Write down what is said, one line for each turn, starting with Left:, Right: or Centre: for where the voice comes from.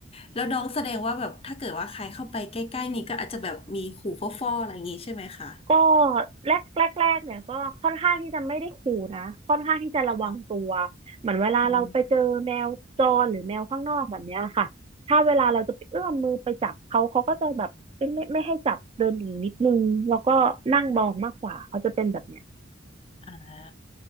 Left: แล้วน้องแสดงว่าแบบถ้าเกิดว่าใครเข้าไปใกล้ๆนี้ก็อาจจะแบบมีขู่ฟ่อๆอะไรอย่างงี้ใช่ไหมคะ
Right: ก็แรกแรกแรกเนี่ยก็ค่อนข้างที่จะไม่ได้ขู่นะค่อนข้างที่จะระวังตัว
Left: ค่ะ
Right: เหมือนเวลาเราไปเจอแมวจรหรือแมวข้างนอกแบบเนี้ยค่ะถ้าเวลาเราจะไปเอื้อมมือไปจับเขาเขาก็จะแบบไม่ไม่ไม่ให้จับเดินหนีนิดนึงแล้วก็นั่งมองมากกว่าเขาจะเป็นแบบเนี้ย
Left: อืมอ่า